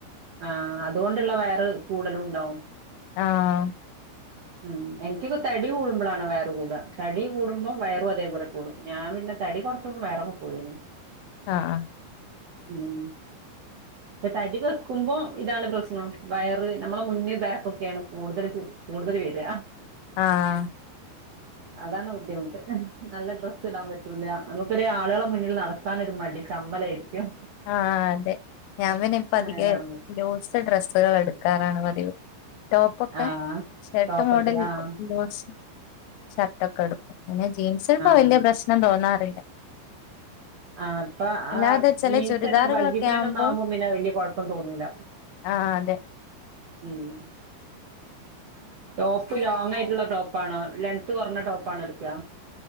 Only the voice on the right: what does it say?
ആഹ് അത്കൊണ്ട്ള്ള വയറ് കൂടലുണ്ടാവും
ഉം എനിക്കക്കെ തടി കൂടുമ്പളാണ് വയറ് കൂട തടി കൂടുമ്പോം വയറും അതേപോലെ കൂടും ഞാ പിന്നെ തടി കൊർച്ചപ്പോ വയറൊക്കെ പോയിണ്
ഉം പക്ഷേ തടി വെക്കുമ്പോ ഇതാണ് പ്രശ്നം വയറ് നമ്മളെ മുന്ന് ബാക്കൊക്കേണ് കൂട്തല് കൂട്തല് വെര
അതാണ് ബുദ്ധിമുട്ട് നല്ല ഡ്രസ്സിടാൻ പറ്റൂല നമ്മ്ക്കൊരു ആളുകളെ മുന്നില് നടക്കാ നൊരു മടി ചമ്മലായിര്ക്കും
അങ്ങനാവുമ്പോ
ആഹ്
ടോപ്പൊക്കെ
ആഹ്
ആഹ്
ആ അപ്പൊ
ആ
ജീൻസന്നെ
ബഗ്ഗിപ്പാന്റൊന്നും
ആകുമ്പോ പിന്നെ വലിയ കൊഴപ്പം തോന്നൂല
<unintelligible> ടോപ്പ് ലോങ് ആയിട്ടുള്ള ടോപ്പാണോ ലെങ്ത്ത് കുറഞ്ഞ ടോപ്പാണോ എടുക്കുക